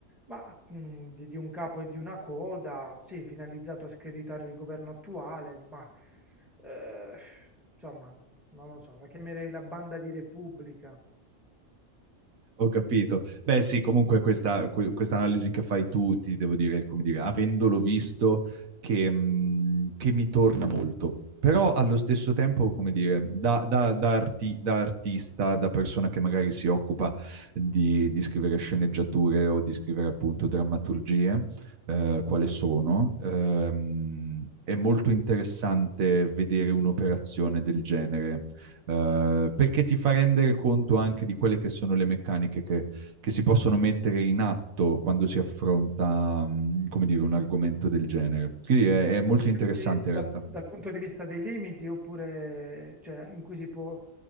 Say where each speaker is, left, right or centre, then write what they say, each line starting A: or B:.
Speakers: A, in the centre; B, on the right.
A: ma, mm, di, di un capo e di una coda, sì, finalizzato a screditare il governo attuale, ma... Ehm, insomma, non lo so, la chiamerei la banda di Repubblica.
B: Ho capito. Beh, sì, comunque questa que- questa analisi che fai tu, ti devo dire, come dire, avendolo visto, che, mh, che mi torna molto. Però allo stesso tempo, come dire, da, da- da arti- da artista, da persona che magari si occupa di, di scrivere sceneggiature o di scrivere appunto drammaturgie, eh, quale sono, ehm, è molto interessante vedere un'operazione del genere eh, perché ti fa rendere conto anche di quelle che sono le meccaniche che, che si possono mettere in atto quando si affronta, mh, come dire, un argomento del genere. Quindi è, è molto
A: Intendi
B: interessante
A: dal,
B: in realtà.
A: dal punto di vista dei limiti oppure cioè, in cui si può